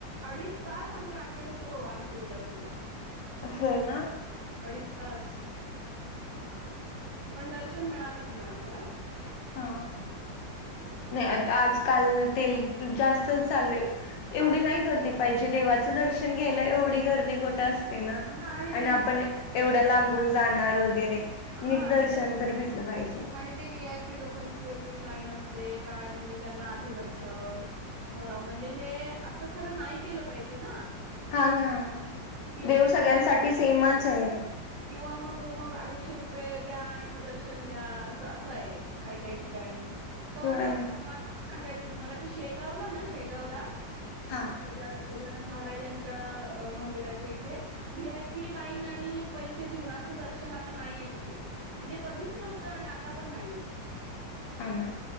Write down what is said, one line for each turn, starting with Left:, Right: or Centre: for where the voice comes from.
Right: अडीच तास आम्ही रांगेत होतो आम्ही तुळजापूरला
Left: होय ना
Right: अडीच तास पण दर्शन मिळालं म्हणजे आम्हाला
Left: हा
Right: त्याच्यामुळे
Left: नाही आता
Right: आमचं
Left: आजकाल ते जास्तच चाललंय एवढी
Right: आजकाल
Left: नाही गर्दी पाहिजे देवा दर्शन घे एवढी गर्दी खठ असते ना
Right: हा
Left: आणि
Right: ते
Left: आपण एवढा लांबून जाणार वगैरे
Right: हा
Left: निटदर्शन
Right: आणि ते
Left: तरी भेटलं पाहिजे
Right: आणि ते व्ही आय पी लोकांची वेगळी लाईन काय म्हणजे त्यांना आधी दर्शन म्हणजे हे अस खर नाही केल पाहिजे ना
Left: हा ना
Right: किंवा
Left: देव
Right: मग
Left: सगळ्यांसाठी सेमच आहे
Right: किंवा मग मग अडीचशे रुपय पे द्या आणि मग दर्शन घ्या असं असं आहे काय काही ठिकाणी पण
Left: होय
Right: मला सांगायचं तुम्हाला की शेगावला ना शेगावला
Left: हा
Right: अ गज गजानन महाराजां मंदिराच्या इथे व्ही आय पी लाईन आणि पैसे देऊन असं दर्शन आता नाही आहे तथे म्हणजे कधीच नव्हतं आणि आता पण नाहीये
Left: हा ना